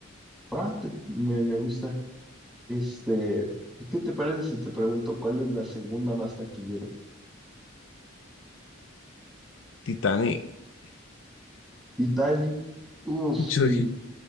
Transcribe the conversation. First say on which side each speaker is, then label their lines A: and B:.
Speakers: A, in the centre; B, on the left.
A: Ah, te- me, me gusta. Este, ¿qué te parece si te pregunto cuál es la segunda más taquillera?
B: Titanic.
A: Titanic. Uf,
B: Yo,
A: sí,
B: di-